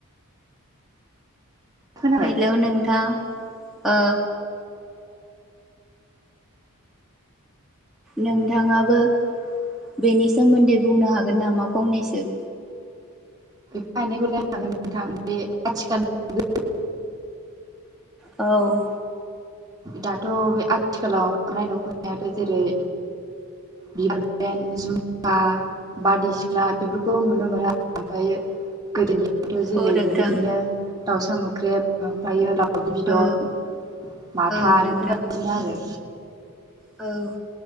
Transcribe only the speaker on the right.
खोनाबाय
एफा एनैखौलाय हागोन नोंथां बे आथिखालनि
दाथ' बे आथिखालाव ओंखारनाय दख'नायाथ' जेरै बिबार ब्रेन जुमखा बारदै सिख्ला बेफोरखौ नुनो मोनो आरो ओमफ्रायो गोदोनियाथ' जेरै
बेबायदिनो दाउसा मोख्रेब ओमफ्रायो दाव दावदै बिदन
माथा
बेफोरबायदिनो आरो।